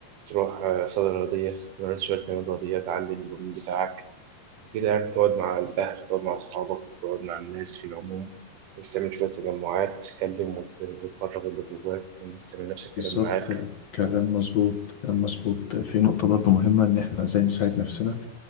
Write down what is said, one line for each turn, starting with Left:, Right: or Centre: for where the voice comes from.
Right: تروح آه، صيدلة رياضية تمارس شوية تمارين رياضية تعلي الدوبامين بتاعك مفيدة يعني تقعد مع الأهل تقعد مع أصحابك تقعد مع الناس في العموم وتعمل شوية تجمعات وتتكلم وت- وتفرغ اللي جواك والناس تعمل نفس الكلام
Left: بالظبط
Right: معاك
Left: كلام مظبوط كلام مظبوط في نقطة برضو مهمة إن إحنا إزاي نساعد نفسنا